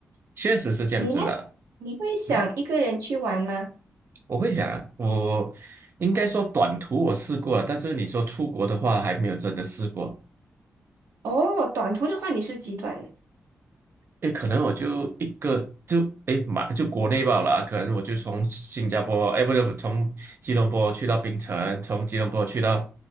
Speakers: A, on the right; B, on the right.
A: 确实是这样子的。
B: 你呢？你会想一个人去玩吗？
A: 嗯。我会想啊，我应该说短途我试过了，但是你说出国的话还没有真的试过。
B: 哦，短途的话你是极短
A: 诶，可能我就一个就诶马就国内罢了啊可能我就从新加坡，诶不对，从吉隆坡去到槟城，从吉隆坡去到